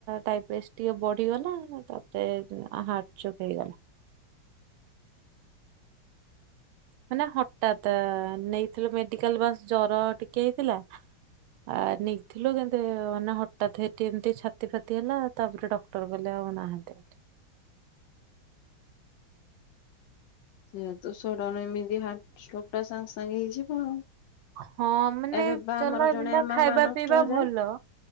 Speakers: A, on the right (about 80°); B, on the left (about 75°).
A: ଡାଇବେଟିସ୍ ଟିକେ ବଢ଼ିଗଲା। ତାପରେ ହାର୍ଟ ଚୋକ ହେଇଗଲା। ମାନେ ହଠାତ ନେଇଥିଲୁ ମେଡିକାଲ ବାସ ଜର ଟିକେ ହେଇଥିଲା ଆ ନେଇଥିଲୁ କିନ୍ତୁ ମାନେ ହଠାତ୍ ହେଠି ଏମିତି ଛାତି ଫାତି ହେଲା ତାପରେ ଡକ୍ଟର ଗଲେ ଆଉ ନାହାନ୍ତି ବୋଲି।
B: ସେ ତ ସଡନ ଏମିତି ହାଟ ଷ୍ଟୋକ୍ ଟା ସାଙ୍ଗେ ସାଙ୍ଗେ ହେଇଯିବ ଆଉ।
A: ହଁ ମାନେ
B: ଏବେ ବା
A: ଚଲାବୁଲା
B: ଆମର ଜଣେ ମାମା
A: ଖାଇବା
B: ନଷ୍ଟ
A: ପିଇବା
B: ହେଲେ।
A: ଭଲ